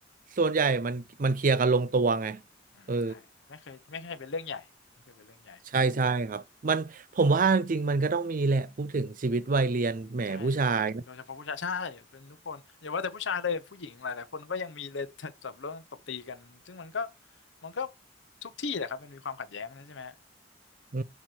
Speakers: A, on the right; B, on the left.
A: ส่วนใหญ่มันมันเคลียร์กันลงตัวไง
B: อืมใช่ไม่เคยไม่เคยเป็นเรื่องใหญ่ไม่เคยเป็นเรื่องใหญ่
A: เออใช่ใช่ครับมันผมว่าจริงๆมันก็ต้องมีแหละพูดถึงชีวิตวัยเรียนแหมผู้ชาย
B: ใช่โดยเฉพาะผู้ชายใช่เป็นทุกคนอย่าว่าแต่ผู้ชายเลยผู้หญิงหลายๆคนก็ยังมีเลย <laughs> จับเรื่องตบตีกันซึ่งมันก็มันก็ทุกที่แหละครับมันมีความขัดแย้งนะใช่ไหม
A: อื